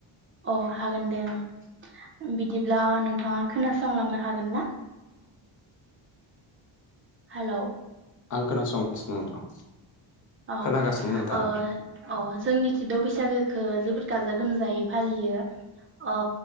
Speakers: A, on the right; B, on the left.
A: अ हागोन दे आं बिदिब्ला नोंथाङा खोनासंलांनो हागोनना? हेलौ
B: आं खोनासंगासिनो नोंथां।
A: अ
B: खोनागासिनो नोंथां
A: अ। अ जोंनिथिद' बैसागोखौ जोबोद गाजा गोमजायै फालियो अ